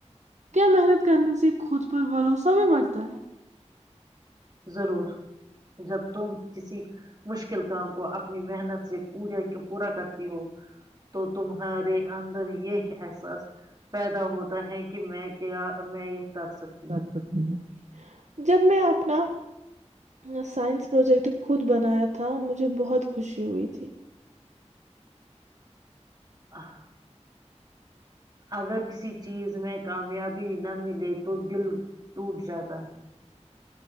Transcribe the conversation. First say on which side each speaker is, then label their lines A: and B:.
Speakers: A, on the right; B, on the right.
A: کیا محنت کرنے سے خود پر بھروسہ بھی بڑھتا ہے
B: ضرور جب تم کسی مشکل کام کو اپنی محنت سے پا پورا کرتی ہو تو تمہارے اندر یہ احساس پیدا ہوتا ہے کہ میں کیا میں یہ کر سکتی
A: کر
B: ہوں
A: سکتی ہ جب میں اپنا میں سائنس پروجیکٹ خود بنایا تھا مجھے بہت خوشی ہوئی تھی
B: اچھا اگر کسی چیز میں کامیابی نہ ملے تو دل ٹوٹ جاتا ہے